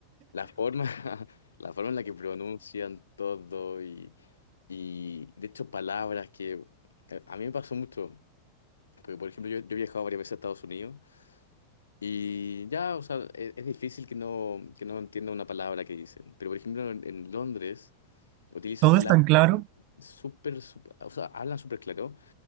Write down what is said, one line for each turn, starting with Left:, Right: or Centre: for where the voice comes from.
Left: la forma, <laughs> la forma en la que pronuncian todo y, y de hecho palabras que eh, a mí me pasó mucho. Porque, por ejemplo, yo, yo he viajado varias veces a Estados Unidos y ya, o sea, e- es, difícil que no, que no entienda una palabra que dicen. Pero, por ejemplo, en, en Londres utilizan
Right: Todo
Left: palabras
Right: es tan claro,
Left: súper, súper, o sea, hablan súper claro